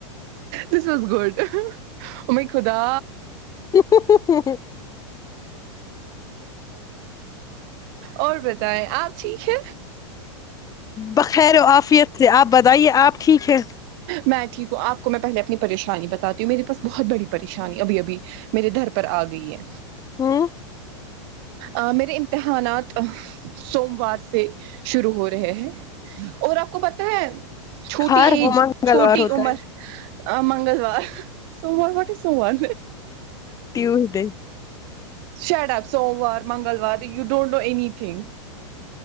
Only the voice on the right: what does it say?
دس از گڈ و مائی خدا
اور بتائیں آپ ٹھیک ہے
میں ٹھیک ہوں آپ کو میں پہلے اپنی پریشانی بتاتی ہوں میرے پاس بہت بڑی پریشانی ابھی ابھی میرے گھر پر آ گئی ہے
ا میرے امتحانات سوموار سے شروع ہو رہے ہیں اور آپ کو پتا ہے چھوٹی
ایج
چھوٹی
عمر
ا منگلوار سووموار واٹ از سووموار
شڑ اپ سوموار منگلوار you don't do any thing